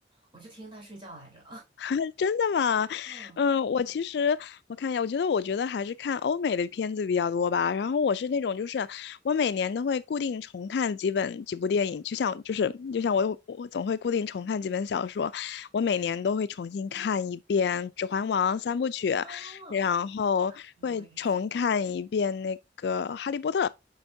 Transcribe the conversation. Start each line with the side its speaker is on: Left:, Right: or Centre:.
Right: 我就听他睡觉来着。
Left: <laughs> 真的吗？
Right: <laughs> 嗯。
Left: 嗯，我其实我看一下，我觉得我觉得还是看欧美的片子比较多吧。然后我是那种就是我每年都会固定重看几本几部电影，就像就是就像我我总会固定重看几本小说，我每年都会重新看一遍《指环王》三部曲，
Right: 哦，
Left: 然后会重看一遍那个《哈利波特》。
Right: 对，我也是。